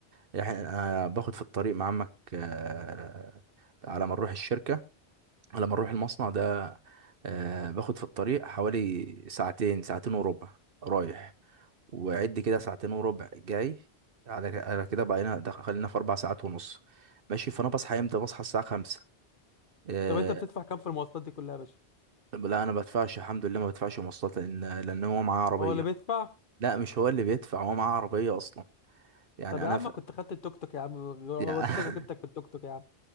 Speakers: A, on the right; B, on the left.
A: يعني انا باخد في الطريق مع عمك آه، على ما نروح الشركه لما اروح المصنع ده آه، باخد في الطريق حوالي ساعتين ساعتين وربع رايح وعد كده ساعتين وربع جاي على على كده بقينا دخ- خلينا في اربع ساعات ونص ماشي فانا بصحى امتى بصحى الساعه خمسة آه،
B: طب انت بتدفع كام في المواصلات دي كلها يا باشا
A: لا انا بدفعش الحمد لله ما بدفعش مواصلات لان لان هو معاه عربيه
B: هو اللي بيدفع
A: لا مش هو اللي بيدفع هو معاه عربيه اصلا يعني
B: طب يا
A: انا
B: عم
A: ف...
B: كنت خدت التوك توك يا عم وديتك
A: يا <laughs>
B: وجبتك بالتوك توك يا عم